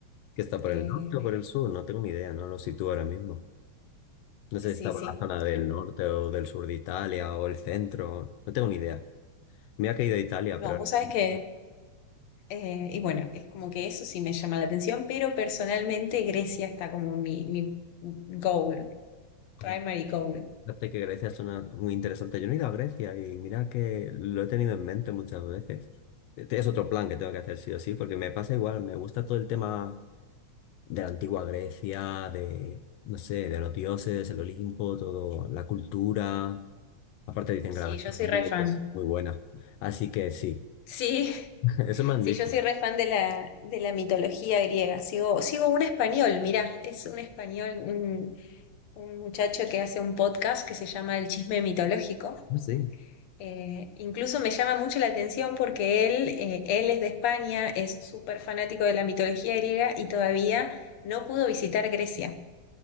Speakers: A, on the left (about 85°); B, on the left (about 70°).
A: ¿Que está por
B: Eh,
A: el norte o por el sur? No tengo ni idea, no lo sitúo ahora mismo. No sé
B: sí,
A: si está por
B: sí,
A: la zona del
B: creo.
A: norte o del sur de Italia o el centro. No tengo ni idea. me ha caído a Italia,
B: No,
A: pero ahora
B: vos sabés
A: mismo,
B: que, eh, y bueno, es como que eso sí me llama la atención, pero personalmente Grecia está como mi, mi goal,
A: pues,
B: primary goal.
A: fíjate que Grecia suena muy interesante. Yo no he ido a Grecia y mira que lo he tenido en mente muchas veces. Este Es otro plan que tengo que hacer sí o sí, porque me pasa igual. Me gusta todo el tema de la antigua Grecia, de, no sé, de los dioses, el Olimpo, todo, la cultura. Aparte dicen que
B: Sí,
A: la gastronomía
B: yo soy re fan.
A: es muy buena. Así que sí,
B: Sí,
A: <laughs> eso me han
B: sí,
A: dicho.
B: yo soy re fan de la, de la mitología griega. Sigo, sigo un español, mirá, es un español, un, un muchacho que hace un podcast que se llama El Chisme Mitológico.
A: Sí.
B: Eh, incluso me llama mucho la atención porque él, eh, él es de España, es súper fanático de la mitología griega y todavía no pudo visitar Grecia.